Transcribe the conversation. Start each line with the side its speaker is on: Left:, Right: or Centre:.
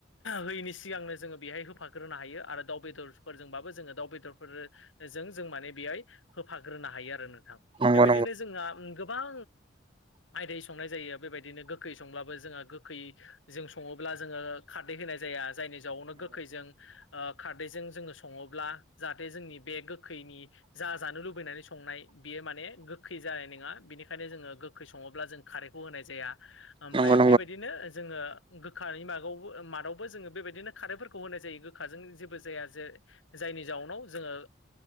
Left: होयनि सिगांनो जोङो बेहाय होफाग्रोनो हायो आरो दाउ बेदरफोरजोंबाबो जोङो दाउ बेदरफोर। जों जों माने बेहाय होफाग्रोनो हायो आरो नोंथां
Right: नंगौ
Left: बे बादिनो जों हागौ गोबां आयदायै संनाय जायो बेबायदिनो गोखै संब्लाबो जोंहा गोखै जों सङोब्ला जोङो खारदै होनाय जाया जायनि जावनो गोखैजों खारदैजों जोङो सङोब्ला जाहाथे ओ जोंनि बे गोखैनि जा जानो लुबैनानै संनाय बियो माने गोखै जानाय नङा बेनिखायनो जोङो गो गोखै सङोब्ला जों खारैखौ होनाय जाया ओमफ्राय
Right: नंगौ नंगौ नोंथां नंगौ
Left: बे बायदिनो जोङो गोखानि मागावबो मादावबो जोङो बेबायदिनो खारैफोरखौ होनाय जायो गोखाजों जेबो जाया जे जायनि जाउनाव जोङो